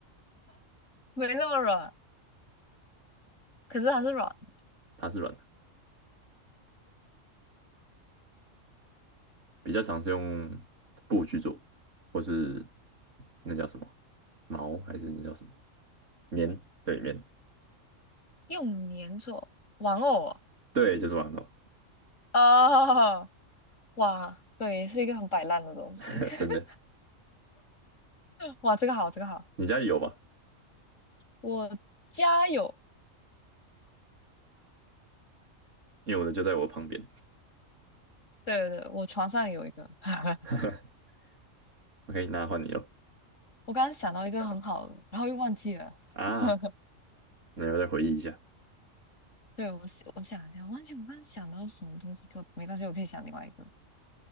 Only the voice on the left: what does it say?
没那么软，可是它是软的，
用粘做玩偶
哦，哦哇，对，是一个很摆烂的东西。
<laughs>
哇，这个好，这个好。
我家有，
对对对，我床上有一个。<laughs>
我刚刚想到一个很好的，然后又忘记了。
<laughs>
对，我想我想一下，我忘记我刚刚想到什么东西，可没关系，我可以想另外一个。